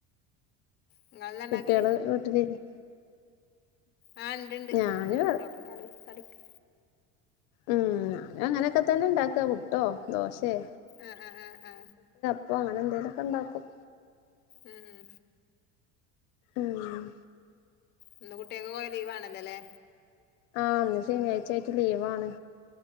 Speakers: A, on the left; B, on the left.
A: നിങ്ങളുയേന്ന
B: കുട്ടികള്
A: ഉണ്ടാകാൽ
B: വീട്ടിലില്ലേ
A: ആ ഇണ്ട് ഇണ്ട്
B: ഞാന്
A: ഇട്ടണ്ട്ോക്കെ കളി കടുക്ക്
B: ഉം അങ്ങനെയൊക്കെ തന്നെ ഇണ്ടാക്കുക പുട്ടോ ദോശയെ
A: ആം ആ ആ ആ
B: അപ്പൊ അങ്ങനെ എന്തേലുമൊക്കെ ഉണ്ടാക്കും
A: ഉം ഉം
B: ഉം.....
A: ഇന്നു കുട്ടികൾക്കുയൊക്കെ ലീവ് ആണല്ലോല്ലേ
B: ആഹ് ഒന്ന് ശനിയാഴ്ചായിട്ട് ലീവാണ്